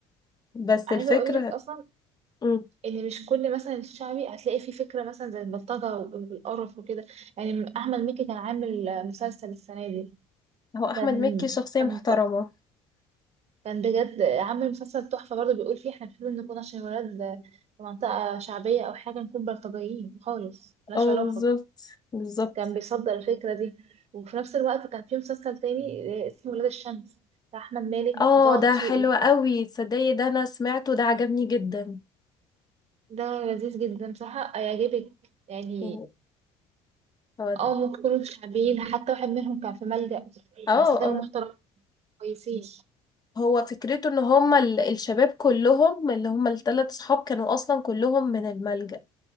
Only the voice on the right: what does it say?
عايزة
أقول لك أصلا
إن مش كل مثلا الشعبي هتلاقي فيه فكرة مثلا زي البلطجة والقرف وكده يعني أحمد مكي كان عامل مسلسل السنة دي
كان
كان
ط- كان بجد عامل مسلسل تحفة برضه بيقول فيه إحنا المفروض نكون عشان ولاد في منطقة شعبية أو حاجة نكون بلطجيين خالص ملهاش
علاقة
كان بيصدر الفكرة دي وفي نفس الوقت كان في مسلسل تاني آه، اسمه ولاد الشمس بتاع أحمد مالك
وطه
دسوقي
ده لذيذ جدا بصراحة هيعجبك يعني
اه ممكن يكونوا شعبيين حتى واحد منهم كان في ملجأ
بس كانوا
محترمين كويسين